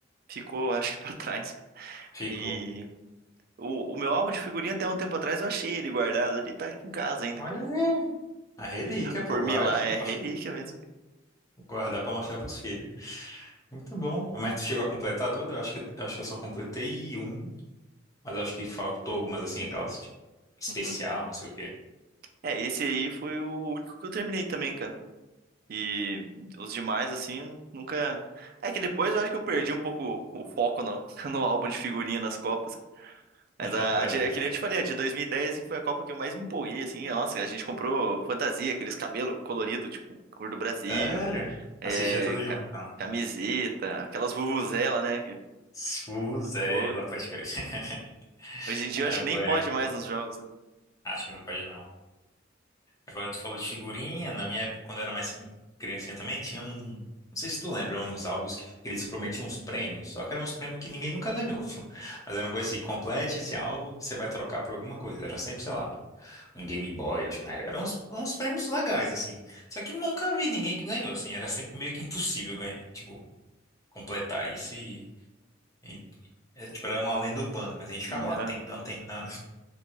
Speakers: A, on the right; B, on the left.
A: Ficou, acho que pra <laughs> trás. cara.
B: Ficou.
A: E o, o meu álbum de figurinha até um tempo atrás eu achei ele guardado ali, tá aqui em casa ainda,
B: Olha
A: cara.
B: aí. A relíquia, pô,
A: Por
B: guarde,
A: mim lá é
B: mostra-
A: relíquia mesmo. cara.
B: guardar pra mostrar pros filhos. Muito bom. Mas tu chegou a completar tudo? Eu acho que, eu acho que eu só completei um. Mas eu acho que faltou algumas assim, aquelas, tipo, especial,
A: Uhum.
B: não sei o quê.
A: É, esse aí foi o único que eu terminei também, cara. E os demais, assim, nunca. É que depois eu acho que eu perdi um pouco o foco no, <laughs> no álbum de figurinha nas Copas. Mas
B: <laughs>
A: a,
B: Verdade.
A: a de- é que nem eu te falei, a de 2010 assim, foi a Copa que eu mais me empolguei, assim. Nossa, a gente comprou fantasia, aqueles cabelos coloridos, tipo, cor do Brasil,
B: Sério?
A: é,
B: Assistia tudo junto,
A: ca-
B: não.
A: camiseta, aquelas vuvuzela, né? que,
B: Suzela,
A: pô,
B: pode crer. <laughs>
A: hoje em dia
B: Cara,
A: eu acho
B: é
A: que
B: boa
A: nem pode
B: época.
A: mais nos jogos, né?
B: Acho que não pode, não. Agora tu falou de figurinha. Na minha época, quando eu era mais criancinha também, tinha um. Não sei se tu lembra, uns álbuns que eles prometiam uns prêmios, só que eram uns prêmios que ninguém nunca ganhou. <laughs> Mas era uma coisa assim, complete esse álbum, você vai trocar por alguma coisa. Era sempre, sei lá, um Game Boy, acho que na época. Eram uns, uns prêmios legais, assim. Só que nunca vi ninguém que ganhou, assim. Era sempre meio que impossível ganhar, tipo, completar isso e, e é, tipo, era uma lenda urbana, mas a gente ficava
A: Uhum.
B: lá tentando, tentando.